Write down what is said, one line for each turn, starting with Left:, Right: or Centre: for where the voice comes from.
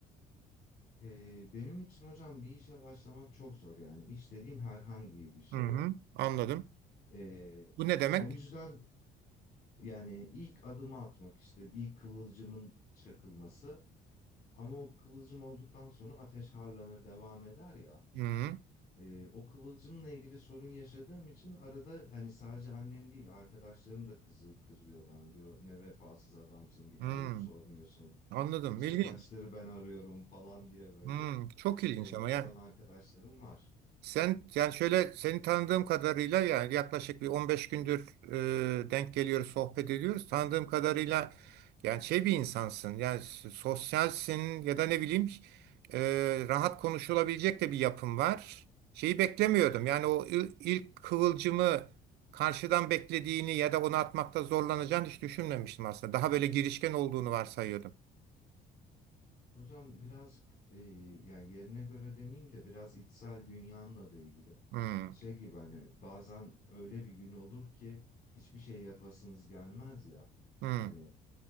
Left: Ee, benim için hocam bir işe başlamak çok zor yani iş dediğim herhangi bir şeye.
Right: Hı hı, anladım.
Left: Ee,
Right: Bu ne demek?
Left: o yüzden Yani ilk adımı atmak işte ilk kıvılcımın çakılması ama o kıvılcım olduktan sonra ateş harlanır devam eder ya.
Right: Hmm,
Left: E, o kıvılcımla ilgili sorun yaşadığım için arada hani sadece annem değil arkadaşlarım da kızı, kızıyor bana diyor ne vefasız adamsın bir
Right: hmm,
Left: arayıp sormuyorsun.
Right: anladım.
Left: İşte
Right: İlginç.
Left: kaçları ben arıyorum falan diye böyle
Right: Hmm, çok ilginç
Left: e,
Right: ama
Left: kızan
Right: yani
Left: arkadaşlarım var.
Right: sen yani şöyle seni tanıdığım kadarıyla yani yaklaşık bir 15 gündür e, denk geliyoruz, sohbet ediyoruz. Tanıdığım kadarıyla yani şey bir insansın. Yani s- sosyalsin ya da ne bileyim e, rahat konuşulabilecek de bir yapım var. Şeyi beklemiyordum. Yani o il- ilk kıvılcımı karşıdan beklediğini ya da onu atmakta zorlanacağını hiç düşünmemiştim aslında. Daha böyle girişken olduğunu varsayıyordum.
Left: Hocam birazcık e, yani yerine göre demeyeyim de biraz içsel dünyamla da ilgili.
Right: Hmm,
Left: Şey gibi hani bazen öyle bir gün olur ki hiçbir şey yapasınız gelmez ya.
Right: hmm,
Left: Hani